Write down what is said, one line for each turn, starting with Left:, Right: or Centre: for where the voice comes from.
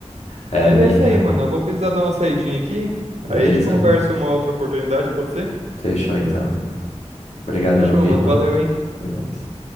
Left: É,
Right: Mas é
Left: e
Right: isso
Left: aí,
Right: aí, mano. Eu vou precisar dar uma saidinha aqui.
Left: beleza?
Right: Aí a gente conversa uma outra oportunidade, pode ser?
Left: Fechou então. Obrigadão,
Right: Fechou,
Left: viu,
Right: mano.
Left: mano?
Right: Valeu, hein?
Left: É nóis.